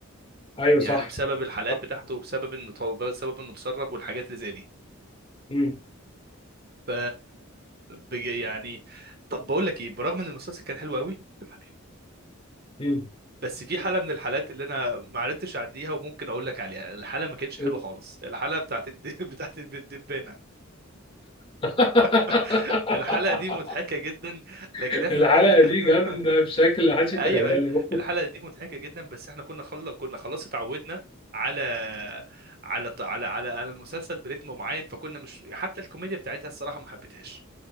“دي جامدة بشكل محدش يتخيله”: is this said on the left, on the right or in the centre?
Left